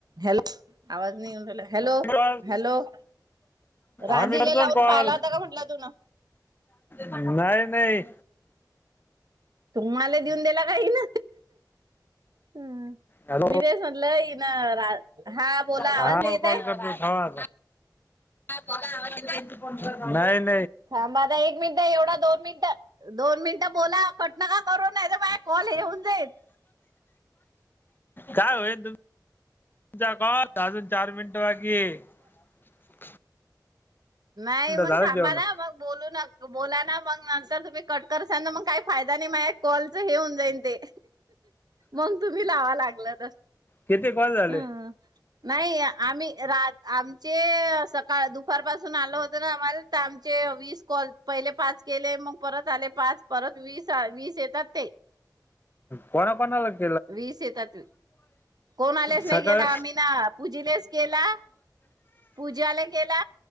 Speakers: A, on the right; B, on the left.
A: Hello. आवाज नाही येऊन राहिला
B: हॅलो
A: हॅलो राधीला
B: आम्ही करतो
A: लावून
B: कॉल
A: पाहिला होता का म्हटलं तुन
B: नाही नाही.
A: तुम्हाला देऊन दिला का हिन. हम
B: हॅलो
A: मी तेस म्हटलं. रा <inaudible> बोला
B: हा
A: आवाज नाही
B: मग
A: येत आहे
B: कॉल कर तु आता पोरगा आवाज देत आहे, नाही
A: थांब आता एक मिनिट एवढा दोन मिनट दोन मिनिटं बोला कट नका करू नाही तर माझे कॉल येऊन जाईल.
B: काय होईल तुम्म क अजून चार मिनट दड वा <inaudible>
A: नाही मग
B: झाला
A: थांबा
B: जेवण
A: ना मग बोलू न तो बोला ना मग नंतर तुम्ही कट कर स ना मग काही फायदा नाही मग माझ्या कॉलच हे हुन जाईन ते. मग तुम्ही लावा लागल तर
B: किती कॉल झाले
A: ह. नाही आम्ही रा आमचे सकाळ दुपार पासून आल होत ना आमचे वीस कॉल, पहिले पाच केले मग परत आले पाच परत वीसा वीस येतात ते.
B: कोणा कोणा लगत.
A: वीस येतात. कोणालेच नाही
B: सकाळ
A: गेला आम्ही ना पूजीलेच केला. पूजाले केला